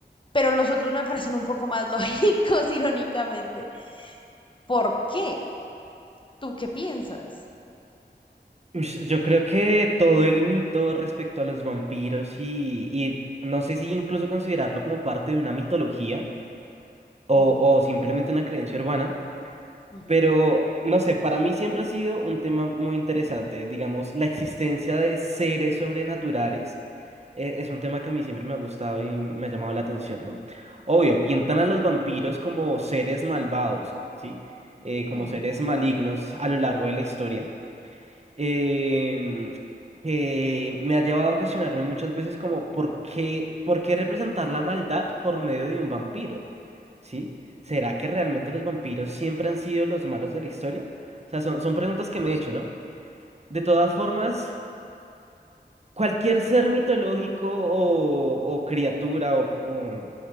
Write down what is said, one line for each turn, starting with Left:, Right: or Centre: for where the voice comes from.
Left: pero los otros me parecen un poco más <laughs> lógicos, irónicamente. ¿Por qué? ¿Tú qué piensas?
Right: Ush, Yo creo que todo el mito respecto a los vampiros y, y no sé si incluso considerarlo como parte de una mitología o,
Left: Ujú,
Right: o simplemente una creencia urbana.
Left: ujú,
Right: Pero, no sé, para mí siempre ha sido un tema muy interesante. Digamos, la existencia de seres sobrenaturales eh, es un tema que a mí siempre me ha gustado y me ha llamado la atención, ¿no? Obvio, pintan a los vampiros como seres malvados, ¿sí? Eh, como
Left: ujú.
Right: seres malignos a lo largo de la historia. Em, que me ha llevado a cuestionarme muchas veces como, ¿por qué, por qué representar la maldad por medio de un vampiro? ¿Sí? ¿Será que realmente los vampiros siempre han sido los malos de la historia? O sea, son, son preguntas que me he hecho, ¿no? De todas formas, cualquier ser mitológico o, o criatura o, co- o-